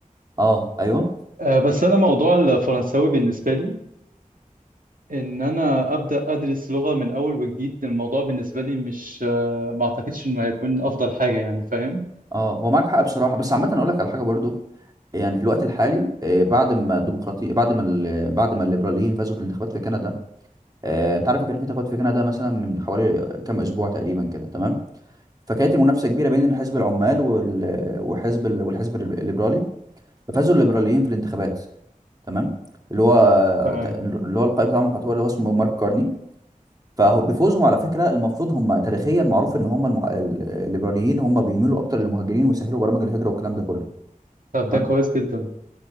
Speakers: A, on the right; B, on the right.
A: اه ايوه
B: آه، بس انا موضوع الفرنساوي بالنسبة لي ان انا ابدا ادرس لغة من اول وجديد الموضوع بالنسبة لي مش آه، ما اعتقدش انه هيكون افضل حاجة يعني فاهم
A: اه هو معاك حق بصراحه بس عامه اقول لك على حاجه برضو يعني في الوقت الحالي آه، بعد ما الديمقراطية بعد ما ال- بعد ما الليبراليين فازوا في الانتخابات في كندا آه، انت عارف كان في انتخابات في كندا مثلا من حوالي كام اسبوع تقريبا كده تمام فكانت المنافسه كبيره بين الحزب العمال وال- وحزب ال- والحزب الليبرالي ففازوا الليبراليين في الانتخابات تمام اللي هو
B: تمام
A: اللي هو القائد بتاعهم يعتبر اللي هو اسمه مارك كارني فبفوزهم على فكره المفروض هم تاريخيا معروف ان هم المح... الليبراليين هم بيميلوا اكتر للمهاجرين ويسهلوا برامج الهجره والكلام ده كله
B: طب
A: تمام
B: ده كويس جدا